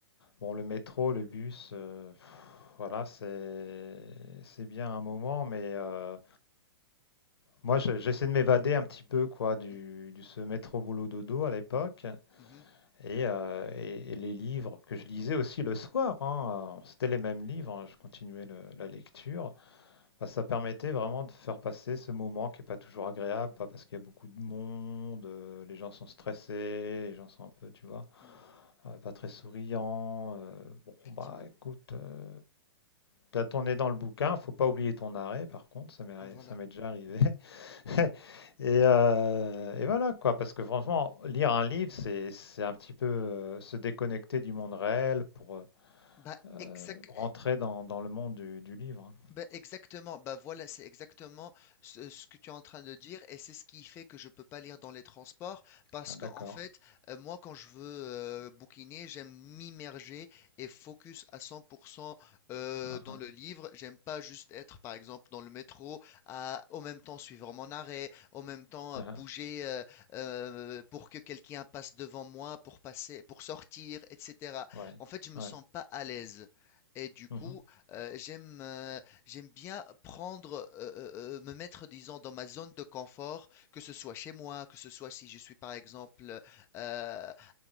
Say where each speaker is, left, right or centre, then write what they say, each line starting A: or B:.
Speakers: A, on the left; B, on the left.
A: bon, le métro, le bus, euh, pff, voilà, c'est c'est bien un moment, mais euh, Moi, je- j'essaie de m'évader un petit peu quoi du,
B: Mhm.
A: du se mettre au boulot dodo à l'époque
B: Mhm.
A: et, euh, et- et les livres que je lisais aussi le soir. hein, euh, C'était les mêmes livres. hein, je continuais le- la lecture. Bah, ça permettait vraiment de faire passer ce moment qui est pas toujours agréable, pas parce qu'il y a beaucoup de monde, euh, les gens sont stressés, les gens sont un peu, tu vois,
B: Hmm,
A: euh, pas très souriants. euh, bon,
B: effectivement.
A: bah, écoute. euh, T'as ton nez dans le bouquin, faut pas oublier ton arrêt, par contre, ça m'est arri-
B: Voilà.
A: ça m'est déjà arrivé. <laughs> Et, euh, et voilà quoi, parce que franchement, lire un livre, c'est c'est un petit peu euh, se déconnecter du monde réel pour
B: Bah,
A: euh,
B: exact.
A: rentrer dans, dans le monde du, du livre. hein.
B: Ben exactement, bah voilà, c'est exactement ce, ce que tu es en train de dire et c'est ce qui fait que je peux pas lire dans les transports parce
A: Ah, d'accord.
B: que en fait, euh, moi quand je veux euh, bouquiner, j'aime m'immerger et focus à 100% euh,
A: Ah,
B: dans
A: ah,
B: le livre. J'aime pas juste être par exemple dans le métro à au même temps suivre mon arrêt, au même temps
A: ah,
B: euh, bouger
A: ah.
B: euh, euh, pour que quelqu'un passe devant moi pour passer, pour sortir, etc.
A: Ouais,
B: En fait, je me
A: ouais.
B: sens pas à l'aise. Et du coup,
A: Mhm,
B: euh, j'aime euh, J'aime bien prendre, heu heu me mettre, disons, dans ma zone de confort, que ce soit chez moi, que ce soit si je suis, par exemple, heu, à